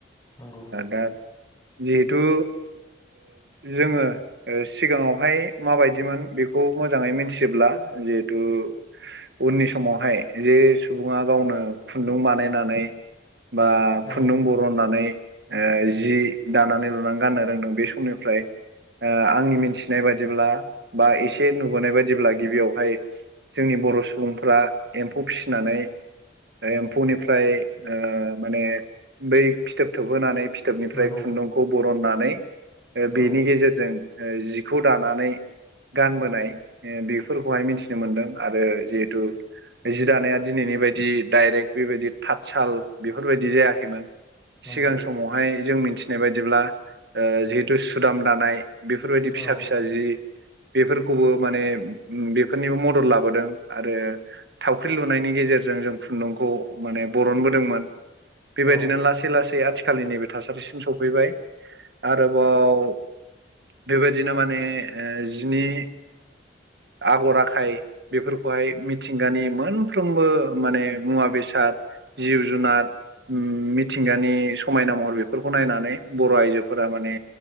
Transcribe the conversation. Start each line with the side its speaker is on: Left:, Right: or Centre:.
Left: नंगौ
Right: दा। जिहेथु जोङो सिगाङावहाय। माबायदिमोन बेखौ मोजाङै मिथियोब्ला जिहेथु उननि समावहाय जे सुबुङा गावनो खुन्दुं बानायनानै बा
Left: औ
Right: खुन्दुं बर रननानै जि दानानै लुनानै गाननो रोंदों बे समनिफ्राय आंनि मिथिनाय बाददिब्ला बा एसे नुबोनाय बायदिब्ला गिबियावहाय जोंनि बर' सुबुंफ्रा एम्फौ फिसिनानै एम्फौनिफ्राय माने बै फिथोब थोबहोनानै निफ्राय
Left: नंगौ
Right: खुन्दुंखौ बरननानै
Left: औ
Right: बेनि गेजेरजों। दानानै गानबोनाय बेफोरखौहाय मिथिनो मोन्दों आरो जिहेथु। जििरानाया दिनैनि बायदि दडाइरेक्ट बेबायदि थाथसाल बेफोरबायदि जायाखैमोन।
Left: नंगौ
Right: सिगां समावहाय जों मिथिनाय बायदिब्ला जिहेथु सुदाम दानाय बेफोरबायदि
Left: औ
Right: फिसा फिसा बेफोरखौबो माने बेफोरनिबो मदद लाबोदों आरो। थावख्रि लुनायनि गेजेरजों जों खुन्दुंखौ माने बरनबोदोंमोन। बेबायदिनो
Left: औ
Right: लासै लासै आथि खालि नैबे थासारिसिम सफैबाय आरोबाव बेबा बिदिनो माने जिनि आगर आखाइ बेफोरखौहाय मिथिंगानि मोनफ्रोमबो माने मुवा बेसाद जिउ- जुनार मिथिंगानि समायना महर बेफोरखौ नायनानै बर' आइजोफोरा माने